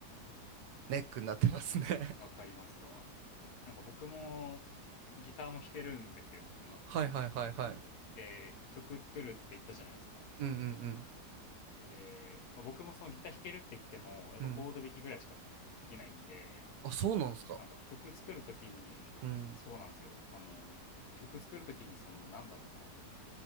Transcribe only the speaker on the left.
いやー、
わかりますわ。なんか僕も、ギターも弾けるんですよ、僕も。
で、曲作るって言ったじゃないですか。
で、まあ、僕もそのギター弾けるって言っても、やっぱコード弾きぐらいしかできないんで、
なんだろう、曲作るときに、
そうなんですよ。あの、曲作るときに、その、なんだろうな、